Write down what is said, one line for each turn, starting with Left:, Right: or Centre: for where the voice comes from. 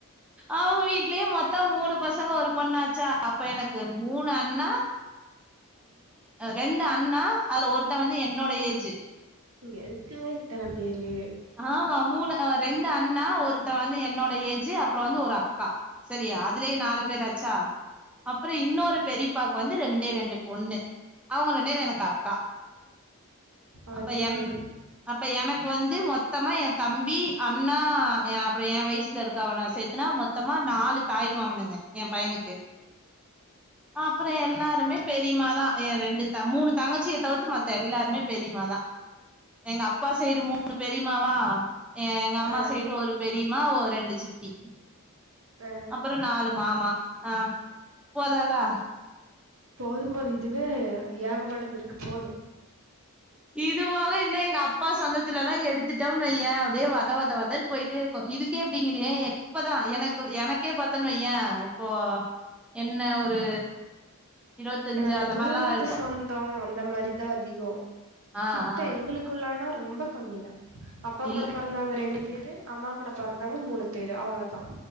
Centre: அவங்க வீடலயே மொத்த மூணு பசங்க ஒரு பொண்ணாச்சா அப்ப எனக்கு மூணு அண்ணா ரெண்டு அண்ணா அதுல ஒருத்தன் வந்து என்னோட ஏஜு
Right: இங்க எதுக்குங்க இத்தன பேரு
Centre: ஆமா மூணு அ ரெண்டு அண்ணா ஒருத்தன் வந்து என்னோட ஏஜு அப் அப்றோ வந்து ஒரு அக்கா சரியா அதுலயே நாலு பேர் ஆச்சா அப்பறொ இன்னொரு பெரிப்பாக்கு வந்து ரெண் டே ரெண்டு பொண்ணு அவுங்க ரெண் பேர் எனக்கு அக்கா
Right: அது
Centre: அப்ப என்
Right: சரி
Centre: அப்ப எனக்கு வந்து மொத் மொத்தமா என் தம்பி அண்ணா என் அப்பறொ என் வய்சுல இருக்கவன சேத்துனா மொத்தமா நாலு தாய்மாமனுங்க என் பயனுக்கு அப்பறொ எல்லாருமே பெரிமாதா என் ரெண்டு த மூணு தங்கச்சியத் தவிர்த்து மத்த எல்லாருமே பெரிமாதா எங்க அப்பா சைடு மூணு பெரிமாவா எங்க அம்மா
Right: ஆ
Centre: சைடு ஒரு பெரி மா ஓ ரெண்டு சித்தி
Right: ஆ
Centre: அப்பற நாலு மாமா ஆ போதாதா
Right: போதும் போது இதுவே ஏகபட்டதிர்க்கு போது
Centre: இது போக இன்னு எங்க அப்பா சொந்தத்துலல்லா எடுத்துட்டம்னு வையே அப்டியே வத வத வதன் பொய்ட்டே இருக்கு இதுக்கே இப்டிங்கிறியே எப்பதா எனக்கு எனக்கே பாத்தன் வைய இப்போ என்ன ஒரு இருவத்தஞ்சு
Right: எனக்கு
Centre: அந்த
Right: தூரத்து
Centre: மாரிலா இருக்கு
Right: சொந்தோ அந்த மாரிதா அதிகோ
Centre: ஆ
Right: கிட்ட
Centre: ஆ
Right: எங்களுக்குள்ள னா ரொம்ப கம்மி தா அப்பா
Centre: இல்
Right: கூட பொறந்தவங்க ரெண்டு பேரு அம்மா கூட பொறந்தவங்க மூணு பேரு அவ்ளோதா